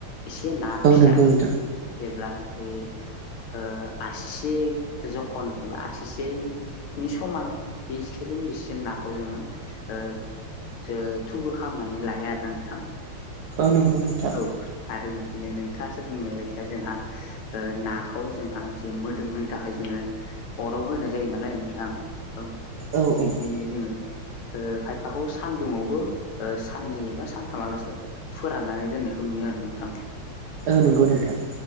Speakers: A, on the left (about 80°); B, on the right (about 85°).
A: एसे ना
B: औ
A: फिसा
B: नंगौ नोंथां
A: जेब्ला बे ओ आसिसे जखन एबा आसिसे नि समान बिस्सिम बिसिम नाखौ जोङो ओ जो थुबुर खालामनानै लायो आरो ना नोंथां
B: औ नोंगौ नोंथां
A: औ आरो बिब्दिनो नोंथाङासो बुंनाय बायसा जोंहा ओ नाखौ जोंहा जे मोदोम होनो थाखाय जोङो अराव होनाय जायो नालाय नोंथां औ
B: औ
A: बिब्दिनो
B: औ
A: जोङो ओ खायफाखौ सानदुंङावबो ओ साननै एबा सानथामालासै फोराननानै दोननायखौ नुयो आरो नोंथां
B: औ नोंगौ नोंथां